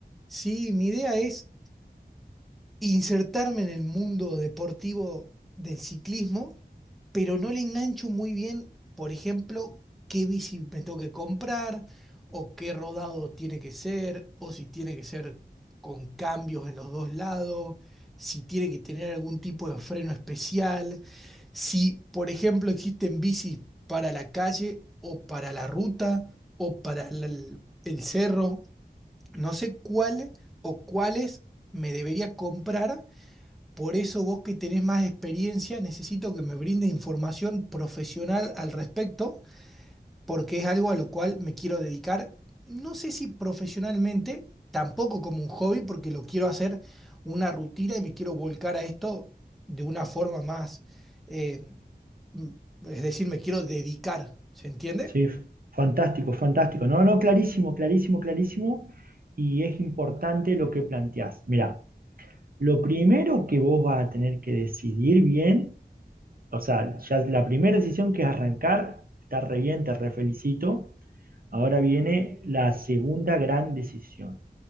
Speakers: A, in the centre; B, on the right.
A: Sí, mi idea es insertarme en el mundo deportivo del ciclismo, pero no le engancho muy bien, por ejemplo, qué bici me tengo que comprar o qué rodado tiene que ser o si tiene que ser con cambios en los dos lados, si tiene que tener algún tipo de freno especial, si, por ejemplo, existen bicis para la calle o para la ruta o para la- el cerro no sé cuál o cuáles me debería comprar, por eso vos que tenés más experiencia, necesito que me brinde información profesional al respecto, porque es algo a lo cual me quiero dedicar, no sé si profesionalmente, tampoco como un hobby, porque lo quiero hacer una rutina y me quiero volcar a esto de una forma más, eh, mm, es decir, me quiero dedicar, ¿se entiende?
B: Sí, f- fantástico, fantástico. No, no, clarísimo, clarísimo, clarísimo. Y es importante lo que planteás. Mirá, lo primero que vos vas a tener que decidir bien, o sea, ya la primera decisión que es arrancar, está re bien, te refelicito. Ahora viene la segunda gran decisión.